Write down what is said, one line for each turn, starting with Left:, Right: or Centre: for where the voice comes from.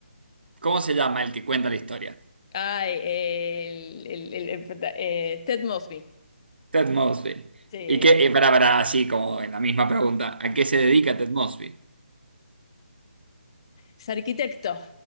Right: ¿Cómo se llama el que cuenta la historia?
Left: Ay, el, el- el- el prota- eh, Ted Mosby.
Right: Ted Mosby.
Left: Sí.
Right: Y que, para, para, así como en la misma pregunta, ¿a qué se dedica Ted Mosby?
Left: Es arquitecto.